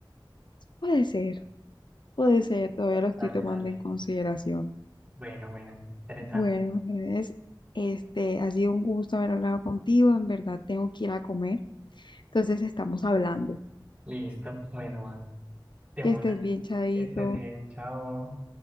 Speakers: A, on the left; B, on the right.
A: Puede ser, puede
B: Mm,
A: ser, todavía lo
B: Dale,
A: estoy tomando
B: dale.
A: en consideración.
B: Bueno, bueno. Interesante.
A: Bueno, Andrés, este, ha sido un gusto haber hablado contigo. En verdad, tengo que ir a comer. Entonces, estamos hablando.
B: Listo. Bueno, va. De
A: Que
B: una.
A: estés bien, Chadito.
B: Que estés bien. Chao.